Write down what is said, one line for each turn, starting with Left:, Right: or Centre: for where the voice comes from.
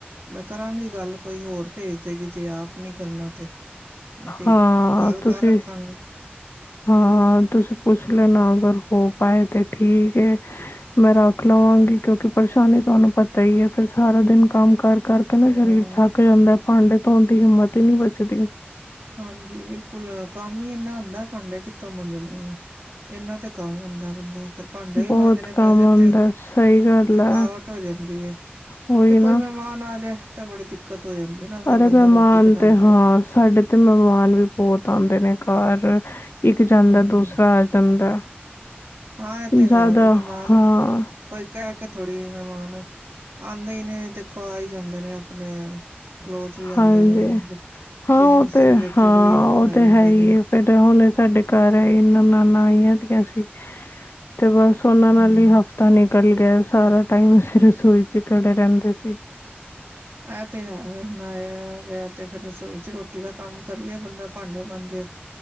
Right: ਮੈਂ ਕਰਾਂਗੀ ਗੱਲ ਕੋਈ ਹੋਰ ਭੇਜ ਦੇਗੀ ਜੇ ਆਪ ਨਹੀ ਕਰਨਾ ਤੇ ਤੇੇ,
Left: ਹਾਂ
Right: ਗੱਲ
Left: ਤੁਸੀਂ
Right: ਕਰ ਰੱਖਾਂਗੀ।
Left: ਹਾਂ ਤੁਸੀਂ ਪੁੱਛ ਲੈਣਾ, ਅਗਰ ਹੋ ਪਾਏ ਤੇ ਠੀਕ ਹੈ। ਮੈਂ ਰੱਖ ਲਵਾਂਗੀ, ਕਿਉਂਕਿ ਪਰੇਸ਼ਾਨੀ ਤੁਹਾਨੂੰ ਪਤਾ ਹੀ ਹੈ ਫਿਰ ਸਾਰਾ ਦਿਨ ਕੰਮ ਕਰ ਕਰਕੇ ਨਾ
Right: ਹਾਂ,
Left: ਸਰੀਰ ਥੱਕ ਜਾਂਦਾ ਭਾਂਡੇ ਧੋਣ ਦੀ ਹਿੰਮਤ ਹੀ ਨਹੀ ਬਚੱਦੀ।
Right: ਹਾਂਜੀ ਬਿਲਕੁੱਲ ਕੰਮ ਹੀ ਏਨਾ ਹੁੰਦਾ ਪਾਂਡੇ ਕਿੱਥੋਂ ਮੰਜਣੇ ਆ। ਏਨਾਂ ਤੇ ਕੰਮ ਹੁੰਦਾ ਬੰਦਾ ਫਿਰ ਪਾਂਡੇ ਵੀ
Left: ਬਹੁਤ
Right: ਮਾਂਜਣੇ
Left: ਕੰਮ
Right: ਪੈ ਜਾਣ
Left: ਆਉਂਦਾ
Right: ਤੇ
Left: ਸਹੀ ਗੱਲ
Right: ਥਕਾਵਟ
Left: ਹੈ
Right: ਹੋ ਜਾਂਦੀ ਏ।
Left: ਉਹੀ
Right: ਫਿਰ
Left: ਨਾ
Right: ਕੋਈ ਮਹਿਮਾਨ ਆ ਜਾਏ ਤਾਂ ਬੜੀ ਦਿੱਕਤ ਹੋ ਜਾਂਦੀ ਏ ਨਾ ਫੇਰ
Left: ਅਰੇ
Right: ਬੰਦਾ
Left: ਮਹਿਮਾਨ
Right: ਰੋਟੀ ਬਣਾਦਾ।
Left: ਤੇ ਹਾਂ ਸਾਡੇ ਤੇ ਮੇਮਾਨ ਵੀ ਬੋਤ ਆਉਂਦੇ ਨੇ ਕਾਰ- ਇੱਕ
Right: ਹੂੰ।
Left: ਜਾਂਦਾ ਦੂਸਰਾ ਆ ਜਾਂਦਾ
Right: ਹਾਂ, ਇਹ ਤੇ
Left: ਜ਼ਿਆਦਾ
Right: ਹੈ ਵੇ ਮਹਿਮਾਨ
Left: ਹਾਂ
Right: ਕੋਈ ਕਹਿ ਕੇ ਥੋੜ੍ਹੀ ਮੇਮਾਨ ਆਦੇ ਹੀ ਨੇ ਦੇਖੋ ਆ ਹੀ ਜਾਂਦੇ ਨੇ ਅਪਣੇ ਕਲੋਜ ਵੀ
Left: ਹਾਂਜੀ
Right: ਆਂਦੇ ਨੇ
Left: ਹਾਂ
Right: ਬਿਜਨਸ
Left: ਉਹ ਤੇ
Right: ਦੇ ਰਿਲੇਟਿਡ
Left: ਹਾਂ
Right: ਵੀ
Left: ਉਹ
Right: ਆ
Left: ਤੇ
Right: ਜਾਂਦੇ
Left: ਹੈ ਹੀ
Right: ਨੇ।
Left: ਹੈ ਫਿਰ ਹੁਣ ਸਾਡੇ ਘਰ ਆਏ ਨਣਾਨਾ ਆਇਆ ਦੀਆਂ ਸੀ। ਤੇ ਬਸ ਉਨਾਂ
Right: ਹੂੰ
Left: ਨਾਲ ਹੀ ਹਫ਼ਤਾ ਨਿਕਲ ਗਿਆ ਸਾਰਾ ਟਾਈਮ ਅਸੀਂ ਰਸੋਈ ਚ ਖੜੇ ਰੈਂਦੇ ਸੀ।
Right: ਐ ਤੇ ਹੈ ਵੇ ਹੁਣ ਆਇਆ ਗਯਾ ਤੇ ਫਿਰ ਰਸੋਈ ਚ ਰੋਟੀ ਦਾ ਕੰਮ ਕਰੀਏ ਬੰਦਾ ਪਾਡੇ ਮਾੰਜੇ